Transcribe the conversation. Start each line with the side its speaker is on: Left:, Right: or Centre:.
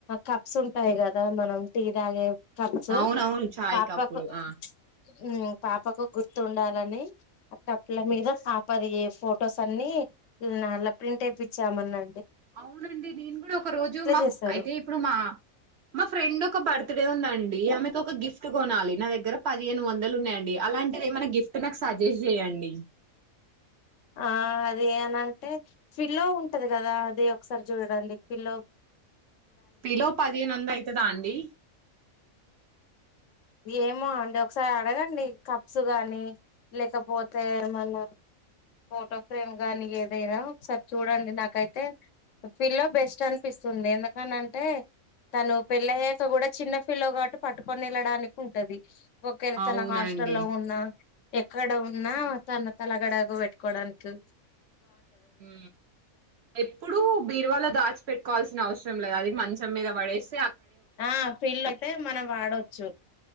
Left: కప్స్ ఉంటాయి కదా మనం టీ తాగే కర్చు
Right: అవునవును చాయ్
Left: పాపకు
Right: కప్పులు ఆ
Left: ఊ పాపకు గుర్తుండాలని ఆ కప్పుల మీద పాపది ఎ ఫొటోస్ అన్ని నల్ల ప్రింట్ వేపించామన్నా
Right: అవునండి నేను కూడా ఒక రోజు మా
Left: చేశారు
Right: అయితే ఇప్పుడు మా మా ఫ్రెండ్ ఒక బర్త్డే ఉందండి ఆమెకు ఒక గిఫ్ట్ కొనాలి నా దగ్గర పదిహేను వం దలు ఉన్నాయండి అలాంటిది ఏమైనా గిఫ్ట్ నాకు సజెస్ట్ చేయండి.
Left: ఆ అది అనంటే ఫిలో ఉంటది కదా అది ఒకసారి చూడండి ఫిలో
Right: పిలో పదిహేను వందల అయితదా అండి
Left: ఏమో అండి ఒకసారి అడగండి కప్స్ గాని లేకపోతే ఏమన్నా ఫోటో ఫ్రేమ్ గాని ఏదైనా ఒకసారి చూడండి నాకైతే పిలో బెస్ట్ అనిపిస్తుంది ఎందుకనంటే తను పెళ్ళయ్యాక కూడా చిన్న ఫీల్లో కాబట్టి పట్టుకొని వెళ్ళడానికి. కుంటది ఒకవేళ
Right: అవునండి
Left: తన హాస్ట లో ఉన్న ఎక్కడ ఉన్నా తను తలగడాగు పెట్టుకోడానికి
Right: ఉ ఎప్పుడు బీర్వాలో దాచిపెట్కోవాల్సిన అవసరం లేదు అది మంచం మీద పడే స్
Left: ఆ ఫీల్ అయితే మనం వాడవచ్చు